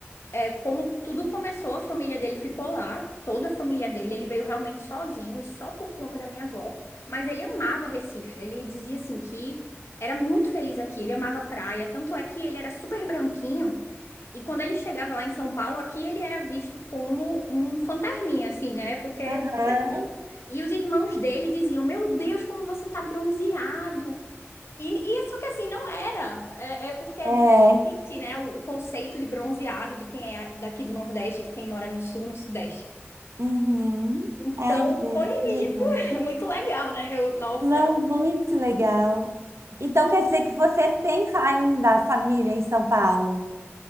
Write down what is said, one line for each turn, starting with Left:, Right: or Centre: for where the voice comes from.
Left: é, como tudo começou, a família dele ficou lá, toda a família dele. Ele veio realmente sozinho e só por conta da minha avó. Mas ele amava Recife. Ele dizia assim que era muito feliz aqui. Ele amava a praia. Tanto é que ele era super branquinho. E quando ele chegava lá em São Paulo, aqui ele era visto como um fantasminha, assim, né? Porque é
Right: Aham.
Left: super branco. E os irmãos dele diziam: Meu Deus, como você tá bronzeado! E, e é só que assim, não era. É, é porque é
Right: É.
Left: diferente, né? O, o conceito de bronzeado de quem é daqui do Nordeste, de quem mora no Sul, no Sudeste.
Right: Uhum.
Left: Então,
Right: Ai, gente,
Left: foi
Right: que legal.
Left: isso. <laughs> Muito legal, né? Eu, nossa,
Right: Não, muito legal. Então quer dizer que você tem fa- ainda família em São Paulo?